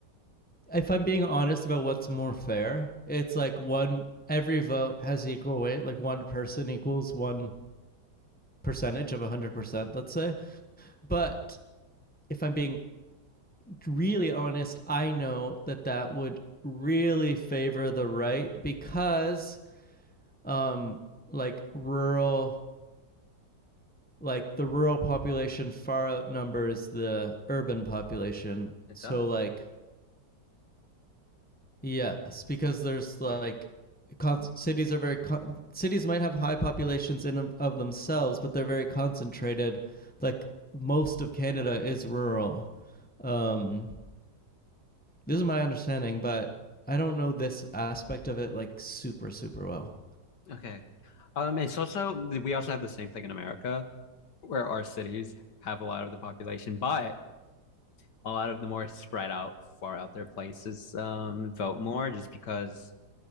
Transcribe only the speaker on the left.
It
does.
Okay. Um, it's also we also have the same thing in America where our cities have a lot of the population, but a lot of the more spread out, far out there places um, vote more just because